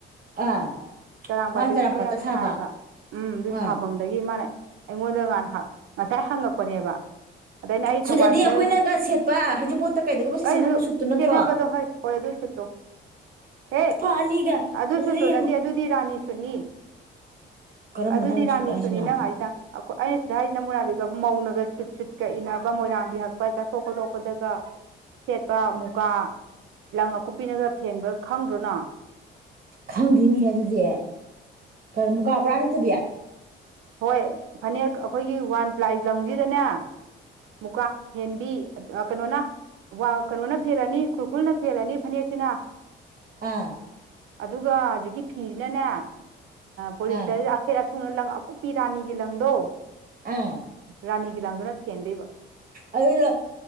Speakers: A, on the right; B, on the right.
A: ꯑꯥ
B: ꯆꯔꯥꯡꯄꯥꯥꯠꯇꯤ
A: ꯃꯥꯅ
B: ꯑꯗꯨꯒꯨꯝꯕ
A: ꯆꯔꯥꯛꯄꯥꯠꯇ
B: ꯌꯥꯝ
A: ꯁꯥꯕ
B: ꯁꯥꯏꯕ ꯎꯝ ꯑꯗꯨ
A: ꯑꯥ
B: ꯁꯥꯕꯝꯗꯒꯤ ꯃꯥꯅ ꯑꯩꯉꯣꯟꯗ ꯉꯥꯟ ꯉꯁꯥꯏ ꯍꯪꯉꯛꯄꯅꯦꯕ ꯑꯗꯩꯅ ꯑꯩ ꯊꯧꯕꯥꯜꯗ
A: ꯁꯨꯠ ꯑꯗꯤ ꯑꯩꯈꯣꯏꯅꯒ ꯁꯦꯠꯄ ꯍꯩꯖꯤꯡꯄꯣꯠꯇ ꯀꯩꯗꯒꯕꯁꯦ
B: ꯑꯩ
A: ꯁꯦꯠꯅꯕ ꯁꯨꯠꯇꯨ ꯅꯠꯇ꯭ꯔꯣ
B: ꯁꯦꯗꯕꯗꯣ ꯍꯩ ꯍꯣꯏ ꯑꯗꯨꯁꯨꯠ ꯍꯦ
A: ꯂꯨꯄꯥ ꯑꯅꯤꯒ
B: ꯑꯗꯨ
A: ꯑꯗꯨꯗꯤ
B: ꯁꯨꯠꯇꯣ
A: ꯌꯥꯝ
B: ꯅꯠꯇꯦ ꯑꯗꯨꯗꯤ ꯔꯥꯅꯤ ꯁꯨꯠꯅꯤ
A: ꯀꯔꯝꯕ
B: ꯑꯗꯨꯗꯤ
A: ꯅꯪ
B: ꯔꯥꯅꯤ
A: ꯁꯨꯠ ꯍꯥꯏꯁꯤꯅ
B: ꯁꯨꯠꯅꯤ ꯅꯪ ꯍꯥꯏꯖꯤꯅ ꯑꯩꯅ ꯁꯤꯗ ꯍꯥꯏꯔꯤꯖꯤꯅ ꯃꯣꯏꯔꯥꯡ ꯐꯤꯒ ꯍꯛꯄ ꯃꯧꯅꯒ ꯁꯨꯠ ꯁꯨꯠꯀ ꯏꯅꯕ ꯃꯣꯏꯔꯥꯡꯐꯤ ꯍꯛꯄ ꯆꯠꯊꯣꯛ ꯈꯣꯠꯇꯣꯛꯄꯗꯒ ꯁꯦꯠꯄ ꯃꯨꯀꯥ ꯂꯪ ꯑꯀꯨꯞꯄꯤꯅꯒ ꯐꯦꯟꯕ ꯈꯪꯗ꯭ꯔꯣ ꯅꯪ
A: ꯈꯪꯗꯦꯅꯤ ꯑꯗꯨꯗꯤ ꯃꯨꯀꯥ ꯄꯨꯔꯥ ꯅꯠꯇꯕꯤ
B: ꯍꯣꯏ ꯐꯅꯦꯛ ꯑꯩꯈꯣꯏꯒꯤ ꯋꯥꯟ ꯄ꯭ꯂꯥꯏ ꯂꯪꯖꯤꯗꯅꯦ ꯃꯨꯀꯥ ꯐꯦꯟꯕꯤ ꯀꯩꯅꯣꯅ ꯀꯩꯅꯣꯅ ꯐꯦꯜꯂꯅꯤ ꯈꯨꯔꯈꯨꯜꯅ ꯐꯦꯜꯂꯅꯤ ꯐꯅꯦꯛꯁꯤꯅ
A: ꯑꯥ
B: ꯑꯗꯨꯒ ꯍꯧꯖꯤꯛꯀꯤ ꯐꯤꯖꯤꯅꯅꯦ ꯄꯣꯂꯤꯁꯇꯔ
A: ꯑꯥ
B: ꯑꯈꯦꯠ ꯑꯁꯨꯡꯅ ꯂꯪ ꯑꯀꯨꯞ ꯅꯨꯄꯤ ꯔꯥꯅꯤꯒꯤ ꯂꯪꯗꯣ
A: ꯑꯥ
B: ꯔꯥꯅꯤꯒꯤ ꯂꯪꯗꯨꯅ ꯐꯦꯟꯗꯣꯏꯕ
A: ꯑꯗꯨꯗꯣ